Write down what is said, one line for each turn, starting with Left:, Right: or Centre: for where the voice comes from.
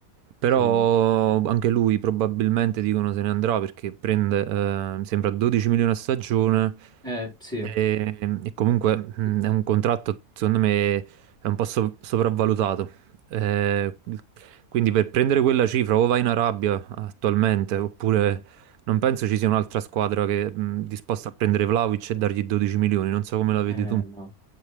Right: Però
Centre: sì.
Right: anche lui probabilmente dicono se ne andrà perché prende, eh, mi sembra 12 milioni a stagione
Centre: Eh, sì,
Right: e, e comunque mm,
Centre: sì, sì,
Right: è
Centre: sì.
Right: un contratto, secondo me, è un po' so- sopravvalutato eh, quindi per prendere quella cifra o vai in Arabia attualmente, oppure
Centre: Mm.
Right: non penso ci sia un'altra squadra che mh, disposta a prendere Vlahovic e dargli 12 milioni, non so come la vedi
Centre: Eh,
Right: tu.
Centre: no.